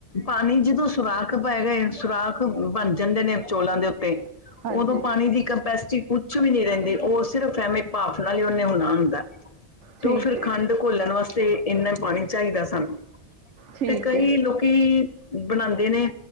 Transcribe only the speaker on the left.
ਪਾਣੀ ਜਦੋਂ ਸੁਰਾਖ ਪੈ ਗਏ, ਸੁਰਾਖ ਬਣ ਜਾਂਦੇ ਨੇ ਚੋਲਾਂ ਦੇ ਉੱਤੇ
ਉਦੋਂ ਪਾਣੀ ਦੀ ਕਪੈਸਿਟੀ ਕੁਛ ਵੀ ਨਹੀਂ ਰਹਿੰਦੀ ਉਹ ਸਿਰਫ ਐਵੇਂ ਭਾਫ ਨਾਲ ਹੀ ਉਹਨੇ ਹੋਣਾ ਹੁੰਦਾ।
ਤੂੰ ਫਿਰ
ਖੰਡ ਘੋਲਣ ਵਾਸਤੇ ਇੰਨਾ ਪਾਣੀ ਚਾਹੀਦਾ ਸਾਨੂੰ
ਤੇ ਕਈ
ਲੋਕ ਬਣਾਉਦੇ ਨੇ